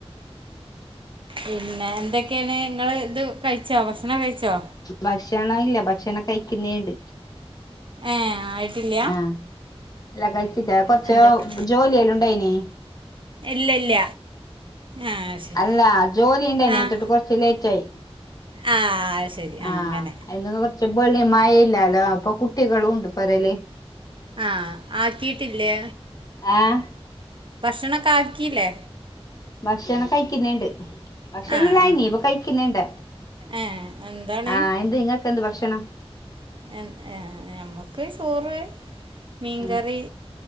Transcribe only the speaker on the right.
പിന്നെ എന്തൊക്കെയാണ് ഇങ്ങള് ഇത് കഴിച്ചോ ഭക്ഷണം കഴിച്ചോ
ഏഹ് ആയിട്ടില്ല
എന്തൊക്കെ
ഇല്ല ഇല്ല ആഹ് ശരി
ആഹ്
ആഹ് ശരി
അങ്ങനെ
ആഹ് ആക്കീട്ടില്ലേ
ഭക്ഷണൊക്കെ ആക്കീല്ലേ
ആഹ്
ആഹ്
ഏഹ് എന്താണ്
എഹ് ഏഹ് ഞമ്മക്ക് ചോറ് മീൻകറി,